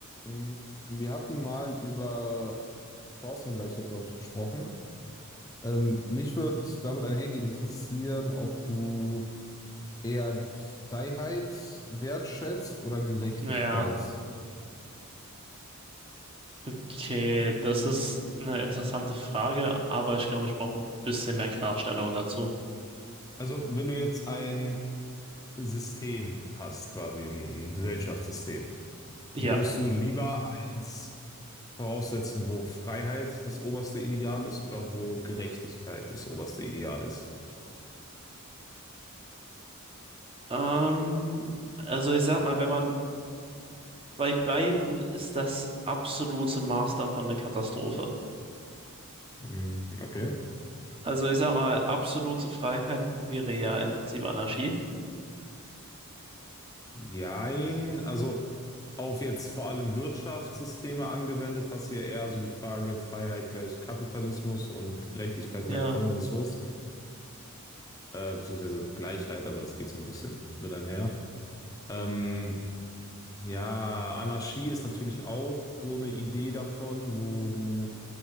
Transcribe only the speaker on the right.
Ja, okay, das ist eine interessante Frage, aber ich glaube, ich brauche ein bisschen mehr Klarstellung dazu.
Ja,
ähm, also ich sag mal, wenn man bei beiden ist das absolute Maß davon eine Katastrophe.
Also ich sag mal, absolute Freiheit wäre ja im Prinzip Anarchie.
Ja,